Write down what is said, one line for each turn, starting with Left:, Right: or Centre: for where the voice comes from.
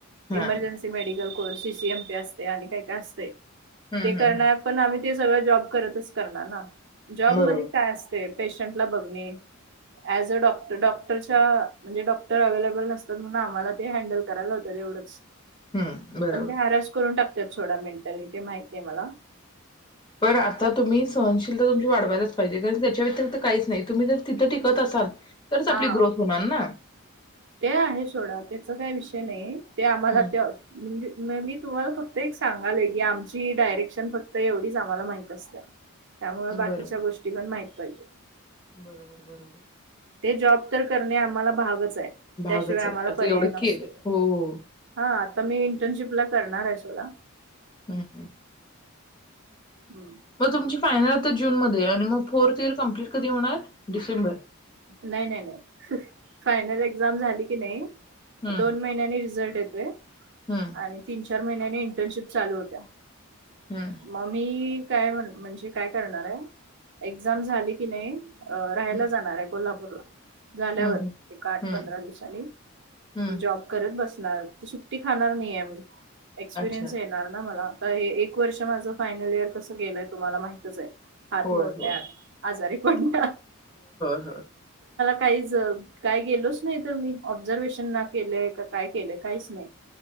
Left: हां.
Right: इमर्जेन्सी मेडिकल सीसीएमपी असत्या आणि काय काय असतंय.
Left: हं,
Right: ते करणार
Left: हं,
Right: पण आम्ही ते सगळं जॉब करतच करणार ना.
Left: हं.
Right: जॉबमध्ये
Left: बरोबर.
Right: काय असते? पेशंटला बघणे ऍज अ डॉक्टर डॉक्टरच्या म्हणजे डॉक्टर अवैलेबल नसतात म्हणून आम्हाला ते हँडल कराय लावतात एवढंच.
Left: हं, बरोबर.
Right: पण ते हरॅस करून टाक त्यात सोडा मेंटली ते माहित आहे मला.
Left: पण आता तुम्ही सहनशीलता तुमची वाढवायलाच पाहिजे कारण त्याच्या व्यतिरिक्त काहीच नाही तुम्ही जर तिथं टिकत असाल तरच
Right: हा
Left: आपली ग्रोथ होणार ना.
Right: ते आहे सोडा त्याच काही विषय नाही ते आम्हाला
Left: हं.
Right: ते म्हणजे मी तुम्हाला फक्त एक सांगालय की आमची डायरेक्शन फक्त एवढीच आम्हाला माहित असते त्यामुळे बाकीच्या
Left: बरोबर,
Right: गोष्टी पण माहिित बाहिज
Left: बरोबर बरोबर.
Right: ते जॉब तर करणे आम्हाला भागच.
Left: भागच
Right: त्याशिवाय आम्हाला
Left: आहे. आता
Right: पर्याय
Left: एवढं
Right: नत
Left: केलंय. हो, हो.
Right: हा आ मी. नशिप ला करणार आहे ोडा.
Left: ् हम्म
Right: हम्म
Left: मग तुमची फायनल. जून मध्ये आणि मग फोर्थ इयर कम्प्लीट कधी होणार डिसेंबर.
Right: नाही नाही नाही फायनल एक्झाम झाली की नाही.
Left: हं,
Right: दोन महिन्यांनी रिझल्ट येत. ते.
Left: हं,
Right: आणि तीन चार महिन्या- इंटर्नशिप चालू होत्या-
Left: हं,
Right: म मी- काय म्हन, म्हणजे काय करणार आहे? एक्झाम झाली की नाही- अ राहायला
Left: हं,
Right: जाणार हाय- बला पुरला. झाल्यावर
Left: हं, हं.
Right: -एक आठ
Left: हं,
Right: पंधरा दिवसांनी
Left: हं.
Right: जॉब करत बस- <unintelligible> सुट्टी खाणार नाही आम्ही एक्सपिरियन्स
Left: अच्छा, अच्छा.
Right: येणार ना मला? आता हे एक वर्ष माझं फायनल इयर कसं गेलंय तुम्हाला माहितच ये हात
Left: होय,
Right: मोडल्यात
Left: होय.
Right: आजारी पडल्या-
Left: हा.
Right: काहीच काय गेलोच नाही तर मी ऑब्झर्वेशन ना गेलंय का काय केलंय काहीच नाही-